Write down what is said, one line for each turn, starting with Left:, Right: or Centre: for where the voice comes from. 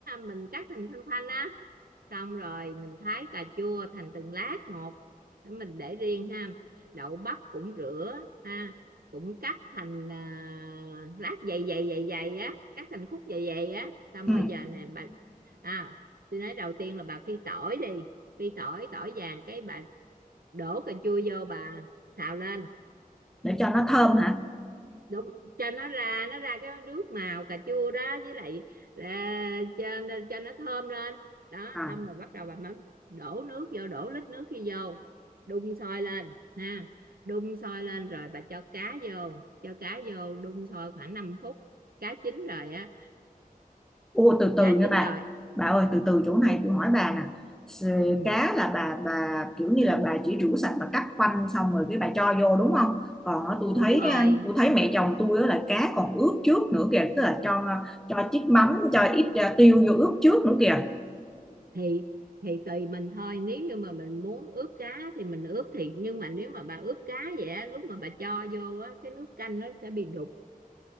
Right: mình cắt thành khoanh khoanh á xong rồi mình thái cà chua thành từng lát một để mình để riêng ha đậu bắp cũng rửa ha cũng cắt thành à, lát dày dày dày dày á cắt thành khúc dày dày á xong
Centre: ừ,
Right: rồi giờ nè bà à tôi nói đầu tiên là bà phi tỏi đi phi tỏi tỏi vàng cái bà đổ cà chua vô bà xào lên
Centre: để cho nó thơm hả
Right: đúng cho nó ra nó ra cái nước màu cà chua đó với lại là, cho cho nó thơm lên đó
Centre: à
Right: xong rồi bắt đầu bà mới đổ nước vô đổ lít nước kia vô đun sôi lên ha đun sôi lên rồi bà cho cá vô cho cá vô đun sôi khoảng năm phút cá chín rồi á
Centre: ô từ từ
Right: cá
Centre: nha
Right: chín
Centre: bà
Right: rồi
Centre: bà ơi từ từ chỗ này tôi hỏi bà nè S-
Right: ừ,
Centre: cá là bà bà kiểu như là bà chỉ rửa sạch bà cắt khoanh xong rồi cái bà cho vô đúng không còn á, tôi
Right: đúng
Centre: thấy á,
Right: rồi
Centre: tôi thấy mẹ chồng tôi á là cá còn ướp trước nữa kìa tức là cho cho chiếc mắm cho ít à, tiêu vô ướp trước nữa kìa
Right: thì thì tùy mình thôi nếu như mà mình muốn ướp cá thì mình ướp thì nhưng mà nếu mà bà ướp cá vậy á lúc mà bà cho vô á cái nước canh nó sẽ bị đục